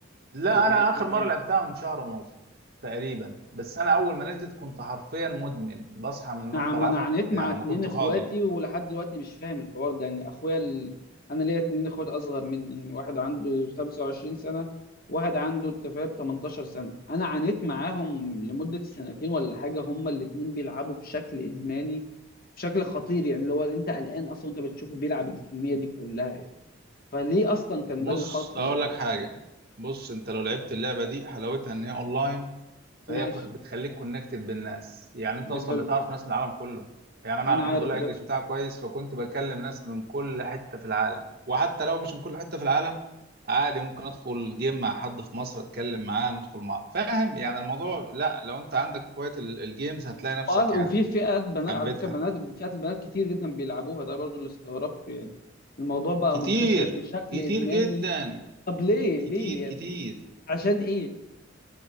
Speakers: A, on the right (about 50°); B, on the left (about 50°).
A: لا
B: العاب
A: انا
B: الفيديو
A: اخر مره لعبتها من شهر ونص تقريبا بس انا اول ما نزلت كنت حرفيا مدمن بصحى من
B: انا
A: النوم
B: ع-
A: بلعبها
B: ما انا عانيت
A: بت... يعني
B: مع اتنين
A: لما كنت
B: اخواتي
A: فاضي
B: ولحد دلوقتي مش فاهم الحوار ده يعني اخويا ال... انا ليا اتنين اخوات اصغر مني يعني واحد عنده 25 سنة واحد عنده انت فاهم 18 سنة انا عانيت معاهم لمدة سنتين ولا حاجة هما الاتنين بيلعبوا بشكل ادماني بشكل خطير يعني اللي هو انت قلقان اصلا انت بتشوفه بيلعب الكمية دي كلها يعني. فليه اصلا كان
A: بص
B: ده اللي حاصل
A: اقول
B: يعني
A: لك حاجه بص انت لو لعبت اللعبه دي حلاوتها ان هي اونلاين فهي
B: ماشي
A: كون- بتخليك كونكتد بالناس يعني انت
B: دي
A: اصلا
B: حلو
A: بتعرف ناس من العالم كله يعني انا
B: انا
A: الحمد
B: عارف
A: لله
B: ده
A: انجلش بتاعي كويس فكنت بكلم ناس من كل حته في العالم وحتى لو مش من كل حته في العالم عادي ممكن ادخل جيم مع حد في مصر اتكلم معاه ندخل مع فاهم يعني الموضوع لا لو انت عندك هوايه ال- الجيمز هتلاقي نفسك
B: وأص-
A: يعني
B: وفي فئات بنات
A: حبيتها
B: على فكره بنات فئات البنات كتير جدا بيلعبوها ده برضو اللي استغربته يعني الموضوع بقى
A: كتير
B: منتشر بشكل
A: كتير
B: ادماني
A: جدا
B: طب ليه
A: كتير
B: ليه
A: كتير
B: يعني عشان ايه